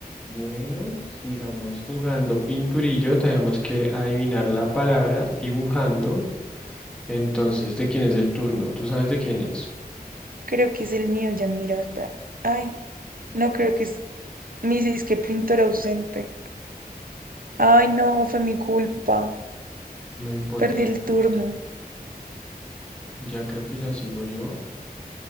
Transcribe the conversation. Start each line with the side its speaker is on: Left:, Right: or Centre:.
Centre: Bueno, sigamos jugando pinturillo. Tenemos que adivinar la palabra dibujando. Entonces, ¿de quién es el turno? ¿Tú sabes de quién es?
Right: Creo que es el mío, ya mira, espera. Ay, no creo que es mi disque pintor ausente. Ay, no, fue mi culpa.
Centre: No importa,
Right: Perdí
Centre: no
Right: el
Centre: importa.
Right: turno.
Centre: Ya creo que ya sigo yo